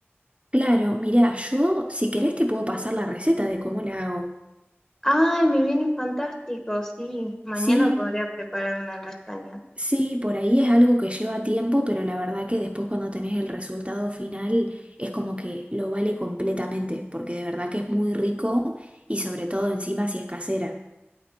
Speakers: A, on the right; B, on the left.
A: Claro, mirá, yo si querés te puedo pasar la receta de cómo la hago.
B: Ay, me viene fantástico. Sí, mañana
A: Sí,
B: podría preparar una lasaña.
A: sí, por ahí es algo que lleva tiempo, pero la verdad que después cuando tenés el resultado final es como que lo vale completamente, porque de verdad que es muy rico y sobre todo encima si es casera.